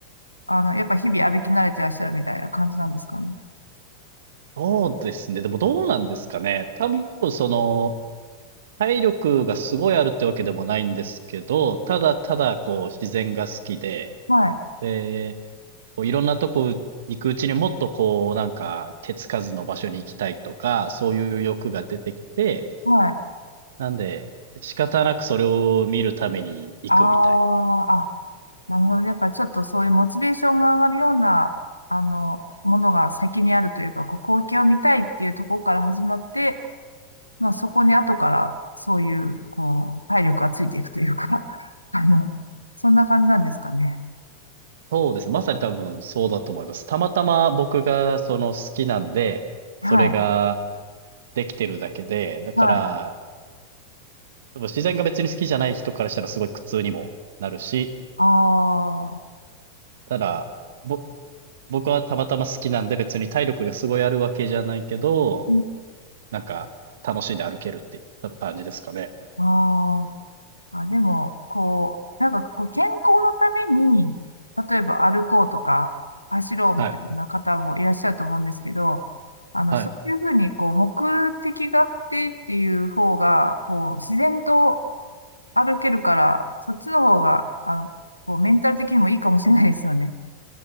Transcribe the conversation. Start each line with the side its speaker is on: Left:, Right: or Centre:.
Left: あの、やっぱ日々歩き慣れてらっしゃるみたいな感じなんですかね。
Right: そうですね。でもどうなんですかね。多分、その、体力がすごいあるってわけでもないんですけど、ただただ、こう、自然が好きで、
Left: はい、
Right: で、こういろんなとこ行くうちにもっとこう、なんか、手つかずの場所に行きたいとか、そういう欲が出てきて、
Left: はい。
Right: なんで、仕方なくそれを見るために行くみたいな。
Left: あーあ、なるほど。やっぱちょっとそういうモチベーションが上がるような、あの、ものが先にあるというか、こう、光景を見たいっていうところから始まって、まあそこに後からそういう、こう、体力がついていくというか、<laughs> あの、そんな感じなんですかね。
Right: そうですね。まさに多分そうだと思います。たまたま僕がその好きなんで、
Left: はい。
Right: それができてるだけで、だから、
Left: はい。
Right: 多分自然が別に好きじゃない人からしたらすごい苦痛にもなるし、
Left: ああ。
Right: ただ、ぼ、僕はたまたま好きなんで別に体力がすごいあるわけじゃないけど、
Left: うん
Right: なんか楽しんで歩けるって多分感じですかね。
Left: ああ。あ、でも、こう、なんかこう健康のために、例えば歩こうとか、走ろうみたいな方もいらっしゃると思うんですけど、
Right: はい。
Left: あの、
Right: はい。
Left: そういうふうに、こう、目的があってっていう方が、こう、自然と歩けるから、そっちの方が、あの、こう、メンタル的にもいいかもしれないですよね。